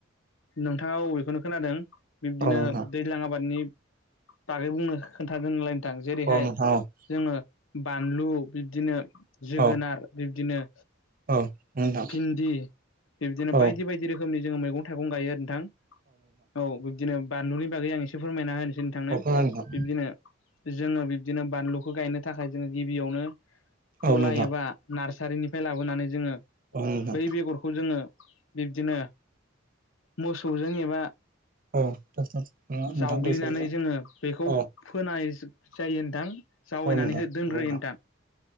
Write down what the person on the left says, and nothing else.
नोंथांङा औ बेखौनो खोनादों। बिब्दिनो
दैज्लां आबादनि बागै बुंनो खोन्थादोंनालाय नोंथां जेरैहाय-
जोंङो बानलु, बिब्दिनो जोगोनार
बिब्दिनो
भिन्दि बिब्दिनो
बायदि बायदि रोखोमनि जोंङो मैंगं- थाइगं गायो नोंथां औ बिब्दिनो बानलुनि बागै आं एसे फोरमायना होन सै नोंथांनो
बिब्दिनो जोंङो बिब्दिनो बानलुखौ गायनो थाखाय जोंङो गिबियावनो गला
एबा नार्सारिनिफ्राय लाबोनानै जोंङो
बै बेगरखौ जोंङो बिब्दिनो मोसौजों एबा
जावग्लिनानै
जोंङो बेखौ
फोनाय जायो नोंथां जावैनानै
दोनग्रोयो
नोंथां